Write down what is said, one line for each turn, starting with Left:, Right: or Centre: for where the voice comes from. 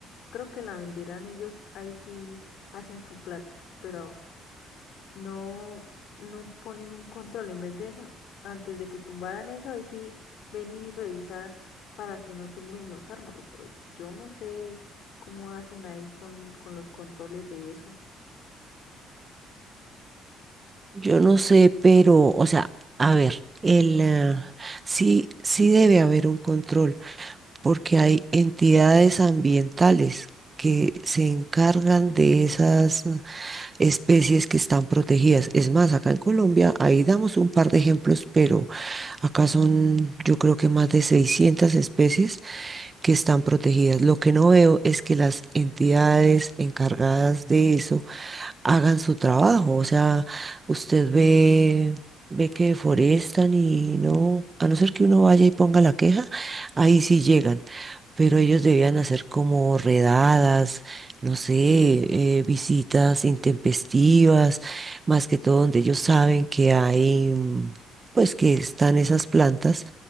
Left: Creo que la venderán ellos, ahí sí hacen su plata, pero no, no ponen un control en vez de antes de que tumbaran eso, ahí sí venir y revisar para que no tumben los árboles. pero Yo no sé cómo hacen ahí con, con los controles de eso.
Right: Yo no sé, pero, o sea, a ver, el, ah, sí, sí debe haber un control, porque hay entidades ambientales que se encargan de esas ah, especies que están protegidas. Es más, acá en Colombia, ahí damos un par de ejemplos, pero acá son, yo creo que más de 600 especies que están protegidas. Lo que no veo es que las entidades encargadas de eso hagan su trabajo. O sea, usted ve, ve que deforestan y no, a no ser que uno vaya y ponga la queja, ahí sí llegan. Pero ellos debían hacer como redadas, no sé, eh, visitas intempestivas, más que todo donde ellos saben que hay, mm, pues que están esas plantas